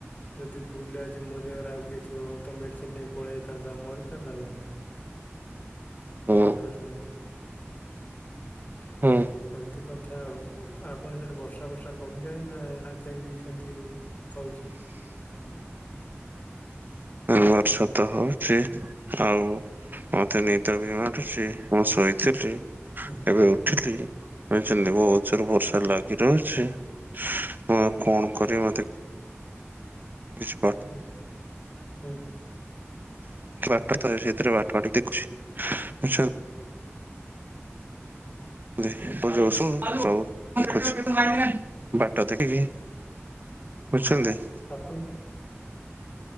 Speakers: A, on the left; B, on the right.
A: ଯଦି ଭୁଲରେ ଆଜି ମୋ ଜେଗାରେ ଆଉ କିଏ ଥିବ ତ ମେଡ଼ିସିନ୍ ନେଇ ପଳାଇଥାନ୍ତା ମରିଥାନ୍ତା ନା ନାଇଁ?
B: ହୁଁ
A: ବୁଝିପାରୁଚନ୍ତି?
B: ହୁଁ।
A: ଏମତି କଥା ଆଉ ଆପଣ ସେଠି ବର୍ଷା ଫର୍ଷା କମିଲାଣି ନାଁ ଆ ଯାଇଁକି ବି ସେମତି ହଉଚି।
B: ବର୍ଷ ତ ହଉଚି ଆଉ ଅତେ ନିଦ ବି ମାଡ଼ୁଚି ମୁଁ ଶୋଇଥିଲି
A: ହୁଁ
B: ଏବେ ଉଠିଲି। ଆଇଚନ୍ତି ବୋହୁତ ଜୋର ବର୍ଷା ଲାଗି ରହୁଚି ମୁଁ ଆ କଣ କରିିବି ମତେ କିଛି ପା
A: ହୁଁ ହୁଁ।
B: ପାଟ ତ ସେଇଥିରେ ବାଟ ବାଟି ଦେଖୁଛି ଆଚ୍ଛା। ଦି ବୁ ଯଉ ସବୁ ସବୁ ଦେଖୁଛି ବାଟ ଦେଖିକି ବୁଝଛନ୍ତି?
A: ଆପଣ